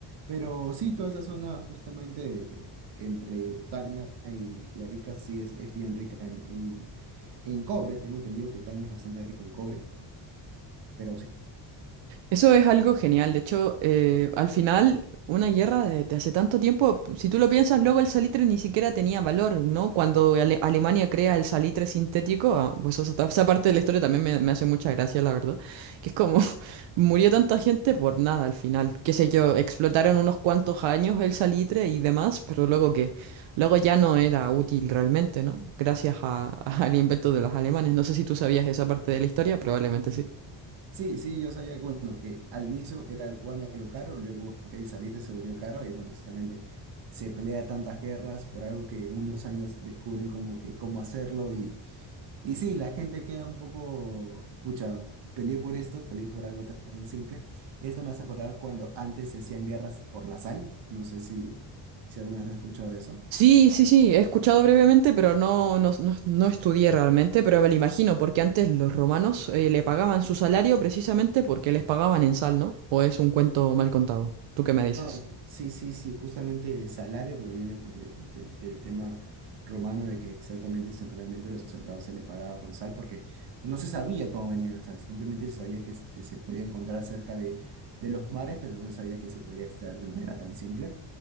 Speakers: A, on the right (about 60°); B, on the right (about 85°).
A: Pero sí, toda esa zona justamente entre Tacna y, y Arica sí es, es bien rica en, en, en cobre. Tengo entendido que Tacna es bastante rico en cobre, pero sí
B: Eso es algo genial. De hecho, eh, al final, una guerra de, de hace tanto tiempo, si tú lo piensas, luego el salitre ni siquiera tenía valor, ¿no? Cuando Ale- Alemania crea el salitre sintético, ah, pues eso esa parte de la historia también me, me hace mucha gracia, la verdad. Que es como, <laughs> murió tanta gente por nada al final. Qué sé yo, explotaron unos cuantos años el salitre y demás, pero luego que, luego ya no era útil realmente, ¿no? Gracias a- <laughs> al invento de los alemanes. No sé si tú sabías esa parte de la historia, probablemente sí.
A: Sí, sí, yo sabía que, bueno, que al inicio era el guano lo caro, luego el salite se volvió caro y bueno, exactamente se pelea tantas guerras por algo que en unos años descubren como que cómo hacerlo y, y sí, la gente queda un poco, pucha, peleé por esto, peleé por algo tan, tan simple. Esto me hace acordar cuando antes se hacían guerras por la sal, no sé si, si alguna vez has escuchado de eso.
B: Sí, sí, sí, he escuchado brevemente, pero no, no, no- no estudié realmente, pero me lo imagino, porque antes los romanos eh, le pagaban su salario precisamente porque les pagaban en sal, ¿no? ¿O es un cuento mal contado? ¿Tú qué me dices?
A: No, sí, sí, sí, justamente salario proviene pues de- de- del tema romano de que exactamente semanalmente a los soldados se les pagaba con sal porque no se sabía cómo venía la sal, simplemente se sabía que este, se podía encontrar cerca de, de los mares, pero no se sabía que se podía extraer de manera tan simple.